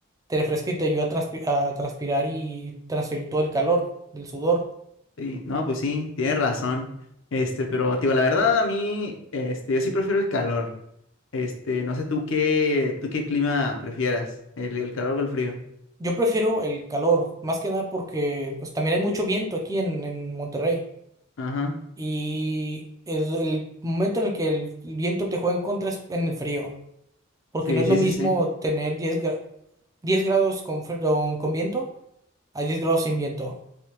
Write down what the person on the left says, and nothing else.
Sí, no, pues sí, tienes razón. Este, pero te digo, la verdad a mí, este, yo sí prefiero el calor. Este, no sé tú qué, tú qué clima prefieras, el, el calor o el frío.
Ajá.
Sí,
sí,
sí, sí.